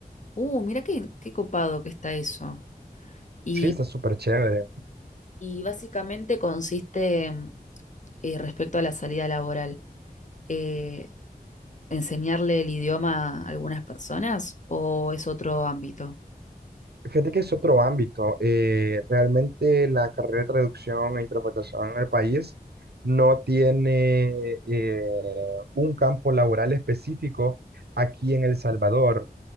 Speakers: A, on the left (about 50°); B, on the right (about 80°).
A: Uh, mira qué, qué copado que está eso. Y,
B: Sí, está súper chévere.
A: y básicamente consiste eh, respecto a la salida laboral. eh, enseñarle el idioma a algunas personas o es otro ámbito?
B: Fíjate que es otro ámbito. eh, realmente la carrera de traducción e interpretación en el país no tiene eh, un campo laboral específico aquí en El Salvador